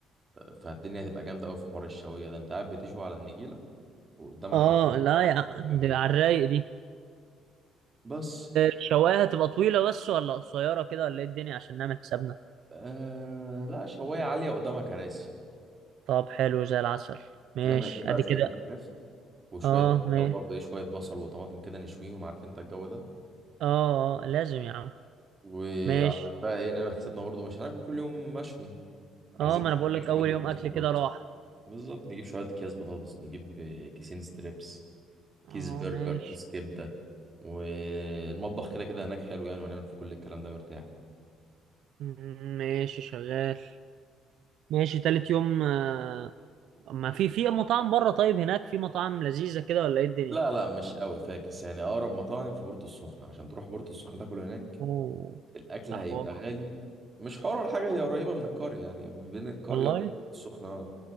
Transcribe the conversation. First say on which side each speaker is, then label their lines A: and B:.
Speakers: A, on the right; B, on the right.
A: فالدنيا هتبقى جامده قوي في حوار الشويه ده انت قاعد بتشوي على النجيله وقدامك
B: اه
A: حمام
B: لا يا
A: جميله
B: دي على الرايق دي
A: بس
B: الشوايه هتبقى طويله بس ولا قصيره كده ولا ايه الدنيا عشان نعمل حسابنا
A: آه لا شوايه عاليه قدامها كراسي
B: طب حلو زي العسل ماشي
A: فاهم هتجيب بقى
B: ادي
A: شويه
B: كده
A: <laughs> الفراخ وشويه
B: اه ماشي
A: خضار برضه ايه شويه بصل وطماطم كده نشويهم عارف انت الجو ده
B: اه اه لازم يا عم
A: وعشان
B: ماشي
A: بقى ايه نعمل حسابنا برضه مش هناكل كل يوم مشوي عايزين
B: اه ما انا بقول
A: نجيب
B: لك
A: شويه
B: اول
A: اكياس
B: يوم اكل
A: بطاطس
B: كده راح
A: بالظبط نجيب شويه اكياس بطاطس نجيب كيسين ستريبس
B: اه
A: كيس برجر
B: ماشي
A: كيس كبده والمطبخ كده كده هناك حلو يعني وهنعمل فيه كل الكلام ده مرتاح
B: م- ماشي شغال ماشي تالت يوم آه، ما في في مطاعم بره طيب هناك في مطاعم لذيذه كده ولا ايه الدنيا
A: لا لا مش قوي فاكس يعني اقرب مطاعم في بورتو السخنه عشان تروح بورتو السخنه تاكل هناك
B: اوه
A: الاكل
B: ده
A: هيبقى
B: حوار
A: غالي مش حوار ولا حاجه هي قريبه من القريه يعني بين القريه
B: والله
A: والسخنه